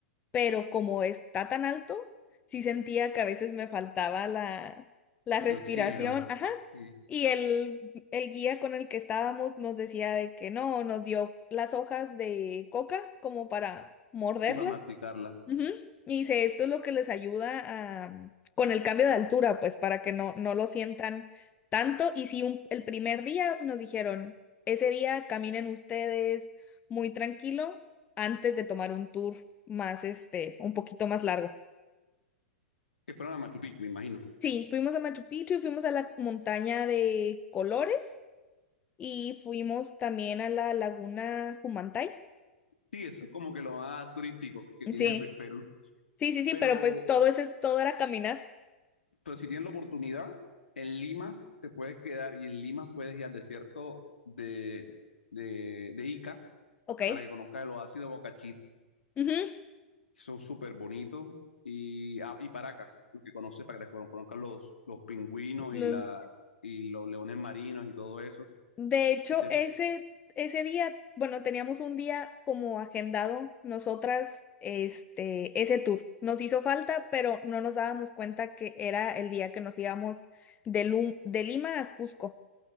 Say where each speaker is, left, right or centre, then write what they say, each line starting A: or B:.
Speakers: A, on the left (about 20°); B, on the left (about 75°).
A: pero como está tan alto, sí sentía que a veces me faltaba la la respiración,
B: El oxígeno.
A: ajá.
B: Sí.
A: Y el, el guía con el que estábamos nos decía de que no, nos dio las hojas de coca como para morderlas
B: Sí, para masticarla.
A: Ujú. Y dice, esto es lo que les ayuda a, con el cambio de altura, pues para que no, no lo sientan tanto. Y si un- el primer día nos dijeron, ese día caminen ustedes muy tranquilo antes de tomar un tour más, este, un poquito más largo.
B: Que fueron a Machu Picchu, me imagino.
A: Sí, fuimos a Machu Picchu, fuimos a la montaña de Colores y fuimos también a la laguna Humantay.
B: Sí, eso es como que lo más turístico que
A: Sí,
B: tiene Pe- Perú.
A: sí, sí, sí,
B: Pero
A: pero pues todo ese todo era caminar.
B: Pero si tienes la oportunidad, en Lima te puedes quedar y en Lima puedes ir al desierto de, de, de Ica
A: Ok.
B: para que conozcas el oasis de Boca
A: Ujú.
B: que son súper bonitos, y, ah, y Paracas, lo que conoces, para que cono- conozcas los, los pingüinos
A: Los-
B: y, la, y los leones marinos y todo eso.
A: De hecho,
B: Y te,
A: ese, ese día, bueno, teníamos un día como agendado nosotras, este, ese tour. Nos hizo falta, pero no nos dábamos cuenta que era el día que nos íbamos de, Lu- de Lima a Cusco.